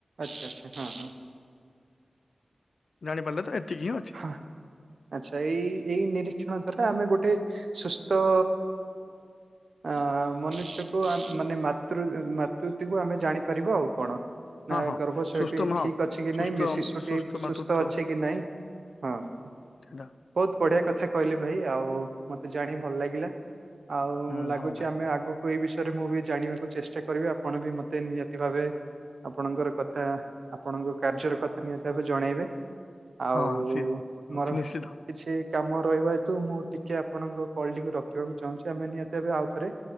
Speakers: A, on the right (about 80°); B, on the left (about 85°).
A: ଆଚ୍ଛା ଆଚ୍ଛା ହଁ, ହଁ,।
B: ଜାଣିପାରିଲେ ତ ଏତିକି ହିଁ ଅଛି।
A: ହଁ। ଆଚ୍ଛା ଏଇ ଏଇ ନିରୀକ୍ଷଣ ଦ୍ଵାରା ଆମେ ଗୋଟେ ସୁସ୍ଥ ଅ ମନୁଷ୍ୟକୁ ମାନେ ମାତୃ ମାତୃତ୍ଵ ଆମେ ଜାଣିପାରିବା ଆଉ କଣ। ନା
B: ହଁ ହଁ
A: ଗର୍ଭଶୟଟି
B: ସୁସ୍ଥ ହଁ
A: ଠିକ୍ ଅଛି କି
B: ସୁସ୍ଥ
A: ନାଇଁ? ମେ ଶିଶୁଟି
B: ମାତୃତ୍ୱ
A: ସୁସ୍ଥ ଅଛି କି ନାଇଁ? ହଁ, ହଁ,
B: ସେଟା
A: ବହୁତ ବଢିଆ କଥା କହିଲେ ଭାଇ ଆଉ ମତେ ଜାଣି ଭଲ ଲାଗିଲା। ଆଉ
B: ହୁଁ
A: ଲାଗୁଛି
B: ହଁ ଭାଇ
A: ଆମେ ଆଗକୁ ଏଇ ବିଷୟରେ ମୁଁ ବି ଜାଣିବାକୁ ଚେଷ୍ଟା କରିବି ଆପଣ ବି ମତେ ନିହାତି ଭାବେ ଆପଣଙ୍କର କଥା ଆପଣଙ୍କ କାର୍ଯ୍ୟର କଥା ନିହାତି ଭାବେ ଜଣେଇବେ ଆଉ
B: ହଁ, ସିଓର
A: ମୋର
B: ନିଶ୍ଚିତ।
A: କିଛି କାମ ରହିବା ହେତୁ, ମୁଁ ଟିକେ ଆପଣଙ୍କ କଲଟିକୁ ରଖିବାକୁ ଚାହୁଁଛି ଆମେ ନିହାତି ଭାବେ ଆଉଥରେ